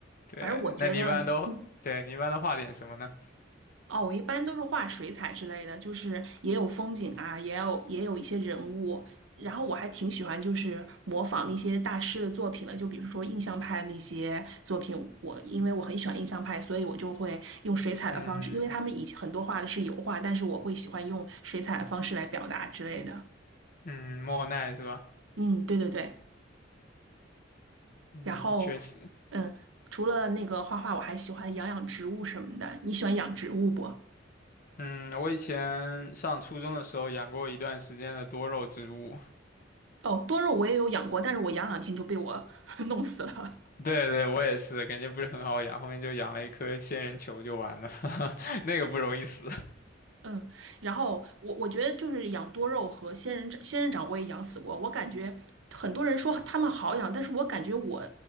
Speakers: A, on the left; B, on the right.
A: 对，
B: 反正我觉得，
A: 那你一般都，
B: 嗯，
A: 对，你一般都画点什么呢？
B: 哦，我一般都是画水彩之类的，就是也有风景啊，也有也有一些人物，然后我还挺喜欢就是模仿那些大师的作品的，就比如说印象派那些作品，我因为我很喜欢印象派，所以我就会用水彩的方式，
A: 嗯
B: 因为他们以前很多画的是油画，但是我会喜欢用水彩的方式来表达之类的。
A: 嗯，莫奈是吧？
B: 嗯，对对对。
A: 嗯，
B: 然后，
A: 确实，
B: 嗯，除了那个画画，我还喜欢养养植物什么的。你喜欢养植物不？
A: 嗯，我以前上初中的时候养过一段时间的多肉植物，
B: 哦，多肉我也有养过，但是我养两天就被我 <laughs> 弄死了。
A: 对对，我也是，感觉不是很好养，后面就养了一颗仙人球就完了，<laughs> 那个不容易死。
B: 嗯，然后我我觉得就是养多肉和仙人掌，仙人掌我也养死过。我感觉很多人说他们好养，但是我感觉我